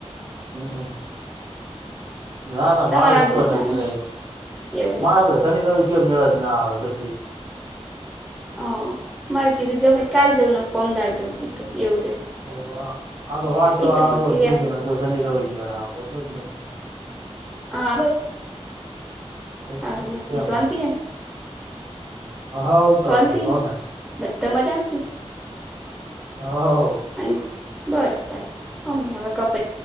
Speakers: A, on the right (about 55°); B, in the centre.
A: હમ્મ ના ના
B: તમારે
A: મારું જ
B: આબુ
A: કોઈ નક્કી
B: ના નહીં
A: નહિ
B: એવું
A: મારે
B: એમ
A: તો શનિ રવિ સિવાય સિવાય મેળ જ ના આવે પછી
B: હ મારે કીધું જવાઈ કાલ જવું પમદાર જવું કીધું એવું છે.
A: ઓ હા તો વાર તહેવાર
B: એ તો
A: આવતો
B: પછી
A: ઠીક
B: એમ
A: છે ને કોઈ શનિ રવિ જ મેળ આવે એટલે જ નહી
B: હા
A: એટલે
B: બરાબર બીજી
A: તેમ
B: શાંતિ હે ને
A: હવ શાંતિ
B: શોંતિ
A: કોને
B: બધા મજામ શે
A: હઓ
B: અને બસ ચાર ઓમે હવે કપ